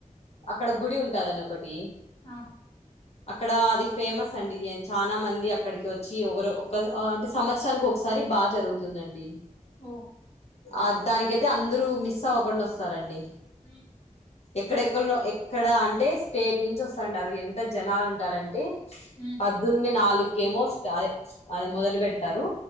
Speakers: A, on the left; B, on the left.
A: అక్కడ గుడి ఉంటాదని ఒకటి
B: ఆ
A: అక్కడ అది ఫేమస్ అండి చానా మంది అక్కడికి వచ్చి ఒగరో ఒక్క అంటే సంవత్సరానికి ఒగసా సారి బాగా జరుగుతుందండి.
B: ఒ
A: ఆ దానికయితే అందరుూ మిస్ అవ్వకుండ వస్తారండీ.
B: మ్
A: ఎక్కడెక్కల్లో ఎక్కడ అంటే స్టేట్ నుంచి వస్తండారు ఎంత జనాలు ఉంటారంటే
B: ఉమ్
A: పద్దున్నె నాలుకేమో స్టా అదే అదే మొదలు పెట్ తారు